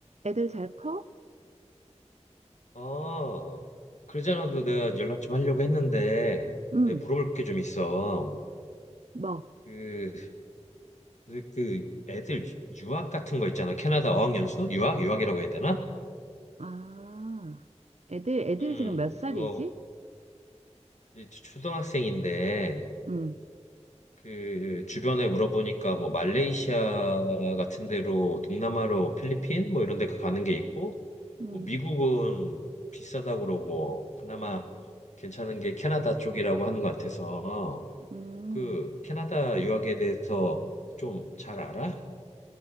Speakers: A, on the right; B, on the left.
A: 애들 잘 커?
B: 아, 그러지 않아도 내가 연락 좀 하려고 했는데,
A: 응,
B: 내가 물어볼 게 좀 있어.
A: 뭐.
B: 그, 그, 그 애들 유학 같은 거 있잖아. 캐나다 어학연수? 유학? 유학이라고 해야 되나?
A: 아, 애들, 애들이
B: 음,
A: 지금 몇 살이지?
B: 그거 이제 초등학생인데,
A: 응,
B: 그 주변에 물어보니까 뭐 말레이시아 같은 데로 동남아로 필리핀 뭐 이런 데 가는 게 있고,
A: 응,
B: 뭐 미국은 비싸다고 그러고, 그나마 괜찮은 게 캐나다 쪽이라고 하는 것 같아서.
A: 응.
B: 그 캐나다 유학에 대해서 좀 잘 알아?